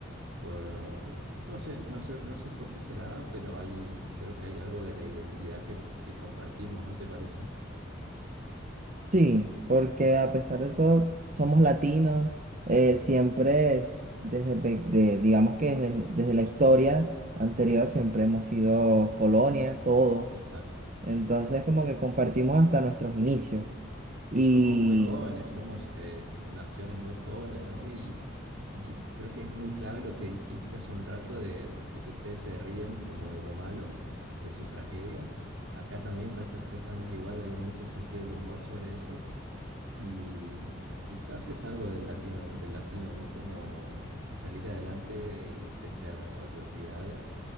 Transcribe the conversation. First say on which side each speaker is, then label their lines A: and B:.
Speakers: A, on the right (about 85°); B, on the right (about 40°).
A: por, uh, no sé, no sé, no sé por qué será, pero hay, creo que hay algo de la identidad que, que compartimos, ¿no te parece?
B: Sí, porque a pesar de todo, somos latinos, eh,
A: Sí,
B: siempre es desde, pe- de- digamos que desde, desde la historia anterior siempre hemos sido colonia, todos.
A: exacto.
B: Entonces como que compartimos hasta nuestros inicios. Y
A: Y somos muy jóvenes, somos eh, ti- naciones muy jóvenes, ¿no? Y, y creo que es muy clave lo que dijiste hace un rato de, de que ustedes se ríen como de lo malo, de sus tragedias. Acá también pasa exactamente igual, hay mucho sentido del humor sobre eso. Y quizás es algo del latino, del latino, ¿no? Como salir adelante y pese a las adversidades,